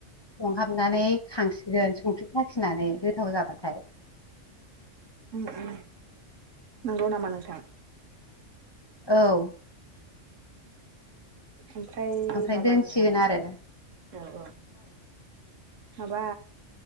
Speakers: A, on the left (about 30°); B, on the right (about 80°).
A: संहाबनानै खांसिगोन संख्रि साखिनानै गोथाव जाबाथाय
B: उम उम नंगौ नामा नोंथां
A: औ
B: ओमफ्राय
A: ओमफ्राय
B: माबा
A: दोनसिगोन
B: नोंथां
A: आरो
B: औ औ माबा